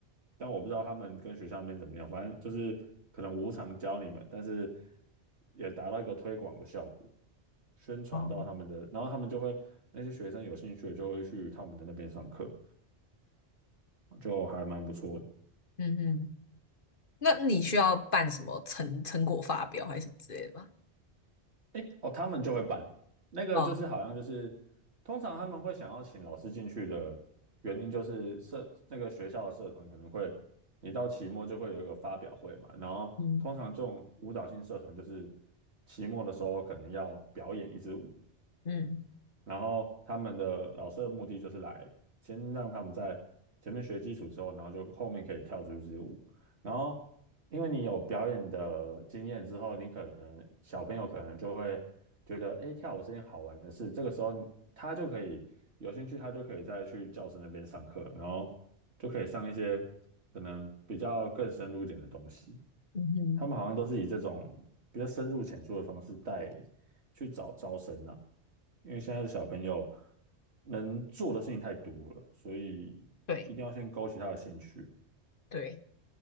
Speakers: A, on the right; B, on the left.
A: 但我不知道他们跟学校那边怎么样，反正就是可能无偿教你们，但是也达到一个推广的效果，宣传到他们的，
B: 哦
A: 然后他们就会那些学生有兴趣的就会去他们的那边上课，就还蛮不错的。
B: 嗯嗯，那你需要办什么成成果发表还是什么之类的吗？
A: 诶，哦，他们就会办那个，
B: 哦，
A: 就是好像就是，通常他们会想要请老师进去的原因，就是社那个学校的社团可能会，你到期末就会有一个发表会嘛，然后通常这种舞蹈性社团就是
B: 嗯
A: 期末的时候可能要表演一支舞，
B: 嗯
A: 然后他们的老师的目的就是来先让他们在前面学基础之后，然后就后面可以跳出去支舞。然后因为你有表演的经验之后，你可能小朋友可能就会觉得，哎，跳舞是件好玩的事。这个时候他就可以有兴趣，他就可以再去教室那边上课，然后就可以上一些可能比较更深入一点的东西。
B: 嗯哼，
A: 他们好像都是以这种比较深入浅出的方式带去找招生啊。因为现在的小朋友能做的事情太多了，所以一定要先勾起他的兴趣。
B: 对对，